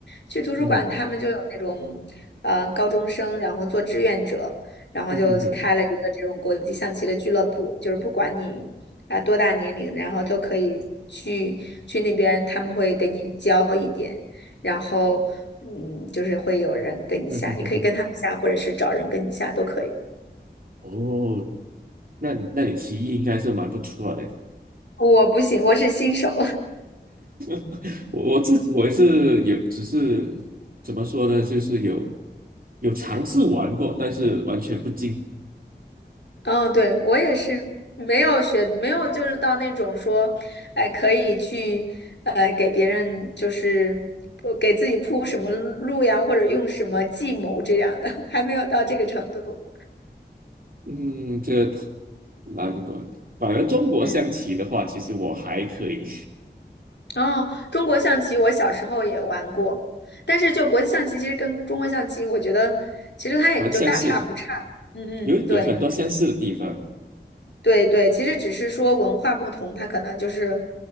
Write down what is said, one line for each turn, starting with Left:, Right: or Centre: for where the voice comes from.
Left: 去图书馆他们就有那种，
Right: 嗯哼，
Left: 呃，高中生，然后做志愿者，然后就开了一个这种国际象棋的俱乐部，
Right: 嗯哼哼，
Left: 就是不管你啊、多大年龄，然后都可以去去那边，他们会给你教一点，然后嗯，就是会有人跟你下，
Right: 嗯哼哼哼，
Left: 你可以跟他们下，或者是找人跟你下都可以。
Right: 哦，那那你棋艺应该是蛮不错的。
Left: 我不行，我是新手。
Right: <laughs> 我我自我也是有，只是怎么说呢，就是有有尝试玩过，但是完全不精。
Left: 嗯，对，我也是，没有学，没有就是到那种说，哎，可以去，呃，给别人就是呃给自己铺什么路呀，或者用什么计谋这样的，<laughs> 还没有到这个程度。
Right: 嗯，这难关。反而中国象棋的话，
Left: 嗯，
Right: 其实我还可以，
Left: 哦，中国象棋我小时候也玩过，但是就国际象棋，其实跟中国象棋，我觉得其实它也就大差不差。
Right: 蛮相似，
Left: 嗯嗯，
Right: 有有很多相似的地方。
Left: 对。对对，其实只是说文化不同，它可能就是